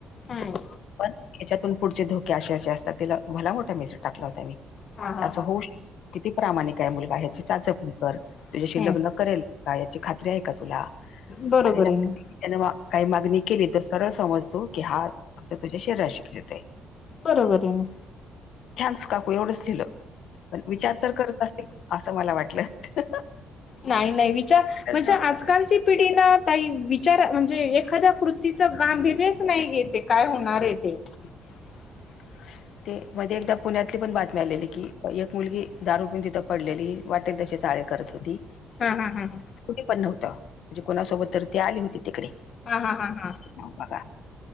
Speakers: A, on the left; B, on the left.
A: हम्
B: पण याच्यातून पुढचे धोके असे असे असतात तिला भला मोठा मेसेज टाकला होता मी.
A: हा हा
B: असं
A: हा
B: होऊ शक्, किती प्रामाणिक आहे मुलगा, ह्याची चाचपणी कर तुझ्याशी
A: हम्म
B: लग्न करेल. काय याची खात्री आहे का तुला आणि
A: बरोबर आहे
B: <unintelligible>
A: ना
B: त्यान बा काही मागणी केली तर सरळ समजतो की हा फक्त तुझ्या शरीराशी खेळतोय.
A: बरोबर ना.
B: थँक्स काकू एवढंच लिहिलं. पण विचार तर करत असतील असं मला वाटलं.
A: नाही नाही विचार,
B: हम्म
A: म्हणजे आजकालची पिढी ना ताई विचार म्हणजे एखाद्या कृती तिचं गांभीर्यच नाही घेतं काय होणारय ते.
B: <inaudible> ते मध्ये एकदा पुण्यातली पण बातमी आलेली की एक मुलगी दारु पिऊन तिथं पडलेली. वाटेल तशी चाळे करत होती.
A: हां हा हां हां
B: कुठे पण नव्हतं, म्हणजे कोणासोबत तर ती आली होती तिकडे.
A: हा हा हा हा
B: हं बघा